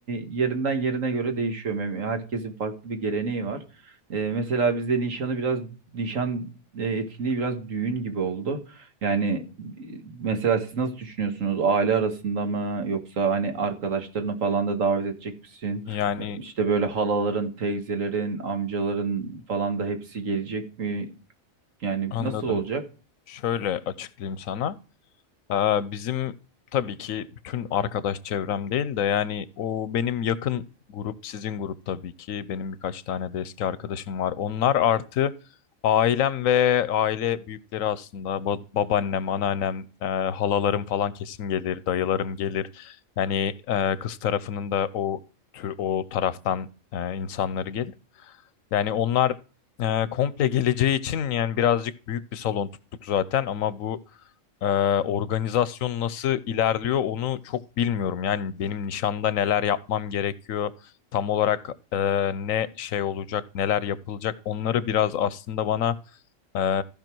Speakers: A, on the right; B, on the left.
A: yerinden yerine göre değişiyor. Mem- Herkesin farklı bir geleneği var. Ee, mesela bizde nişanı biraz nişan e, etkinliği biraz düğün gibi oldu. Yani e, mesela siz nasıl düşünüyorsunuz? Aile arasında mı yoksa hani arkadaşlarını falan da davet edecek misin?
B: yani
A: Ya İşte böyle halaların, teyzelerin, amcaların falan da hepsi gelecek mi? Yani
B: anladım.
A: nasıl olacak?
B: Şöyle açıklayayım sana. Aa, bizim tabii ki bütün arkadaş çevrem değil de yani o benim yakın grup, sizin grup tabii ki. Benim birkaç tane de eski arkadaşım var. Onlar artı ailem ve aile büyükleri aslında. Ba- babaannem, anneannem, e, halalarım falan kesin gelir, dayılarım gelir. Yani e, kız tarafının da o tür o taraftan e, insanları gelir. Yani onlar e, komple geleceği için yani birazcık büyük bir salon tuttuk zaten ama bu ee, organizasyon nasıl ilerliyor onu çok bilmiyorum. Yani benim nişanda neler yapmam gerekiyor, tam olarak e, ne şey olacak, neler yapılacak onları biraz aslında bana e,